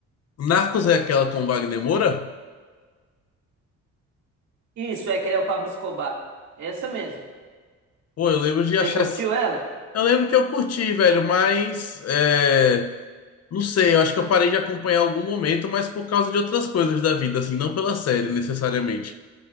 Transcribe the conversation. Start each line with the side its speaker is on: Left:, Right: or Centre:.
Left: Narcos é aquela com Wagner Moura?
Right: Isso, é que ele é o Pablo Escobar. É Essa mesmo.
Left: Pô, eu lembro de
Right: Você
Left: achar.
Right: curtiu ela?
Left: Eu lembro que eu curti, velho, mas é, não sei, eu acho que eu parei de acompanhar em algum momento, mas por causa de outras coisas da vida, assim, não pela série necessariamente.